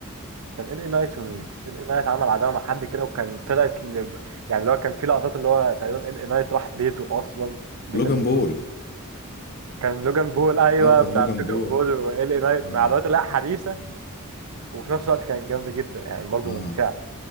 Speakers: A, on the right (about 75°); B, on the left (about 45°).
A: كان ال اي نايت ومين
B: مم.
A: ال اي نايت عمل عداوه مع حد كده وكان طلعت ل... يعني اللي هو كان في لقطات اللي هو تقريبا ال اي نايت راح بيته اصلا بيت
B: لوجان
A: ال...
B: بول
A: كان لوجان بول ايوه
B: اه كان
A: بتاع
B: لوجان
A: لوجان
B: بول
A: بول وال اي نايت
B: اه
A: مع الوقت لا حديثه
B: اه
A: وفي
B: اه
A: نفس الوقت كانت جامده جدا يعني برضه
B: آه.
A: ممتعه